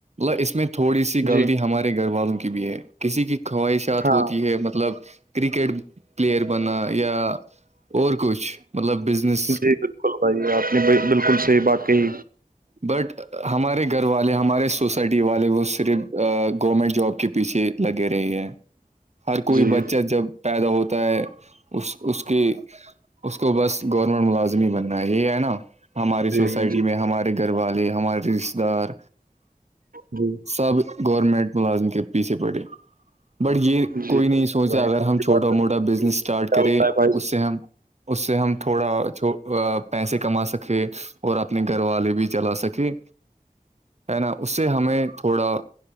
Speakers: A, on the right; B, on the right.
A: اس میں تھوڑی سی غلطی
B: جی
A: ہمارے گھر والوں کی بھی ہے کسی کی خواہشات
B: ہاں
A: ہوتی ہے مطلب کرکٹ پلیئر بنا یا اور کچھ مطلب بزنس
B: جی بلکل بھائی آپ نےبلکل صحیح بات کہی
A: بٹ ہمارے گھر والے ہمارے سوسائٹی والے وہ صرف گورنمنٹ جاب کے پیچھے لگے رہی ہے ہر کوئی
B: جی
A: بچہ جب پیدا ہوتا ہے اس اس کی اس کو بس گورنمنٹ ملازم ہی بننا ہے یہی ہے نا ہماری
B: جی
A: سوسائٹی
B: جی
A: میں ہمارے گھر والے ہمارے رشتے دار
B: جی
A: سب گورنمنٹ ملازم کے پیچھے پڑے بٹ یہ کوئی
B: جی بالکل
A: نہیں سوچتا
B: بھائی
A: اگر
B: آپ
A: ہم
B: کی
A: چھوٹا
B: بات
A: موٹا بزنس
B: کیا
A: اسٹارٹ کریں
B: ہوتا ہے بھائی
A: اس سے ہم اس سے ہم تھوڑا پیسے کما سکتے ہیں اور اپنے گھر والے بھی چلا سکے ہے نا اس سے ہمیں تھوڑا